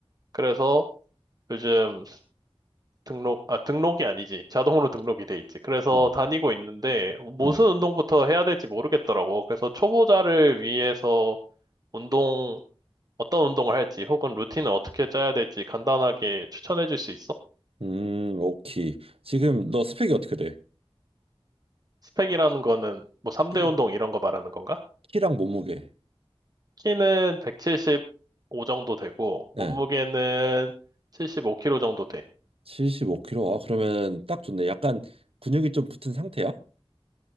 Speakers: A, on the right; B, on the right.
A: 그래서 요즘 등록, 아, 등록이 아니지. 자동으로 등록이 돼 있지. 그래서
B: 음,
A: 다니고 있는데, 무슨
B: 음,
A: 운동부터 해야 될지 모르겠더라고. 그래서 초보자를 위해서 운동 어떤 운동을 할지 혹은 루틴을 어떻게 짜야 될지 간단하게 추천해 줄 수 있어?
B: 음, 오케이. 지금 너 스펙이 어떻게 돼?
A: 스펙이라는 거는 뭐 3대
B: 키,
A: 운동 이런 거 말하는 건가?
B: 키랑 몸무게.
A: 키는 175 정도 되고 몸무게는
B: 예,
A: 75kg 정도 돼.
B: 75kg. 아, 그러면 딱 좋네. 약간 근육이 좀 붙은 상태야?